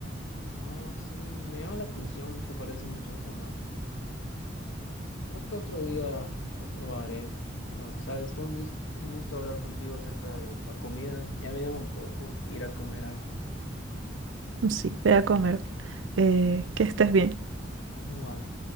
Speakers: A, on the left; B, on the right.
A: oh, sí, me llama la atención, se parece mucho al tamal. Creo que otro día lo probaré, pero, sabes, fue un, dis- un gusto hablar contigo acerca de la comida. Ya me dio un antojo ir a comer algo.
B: Sí, ve a comer. Eh, que estés bien.
A: Igual.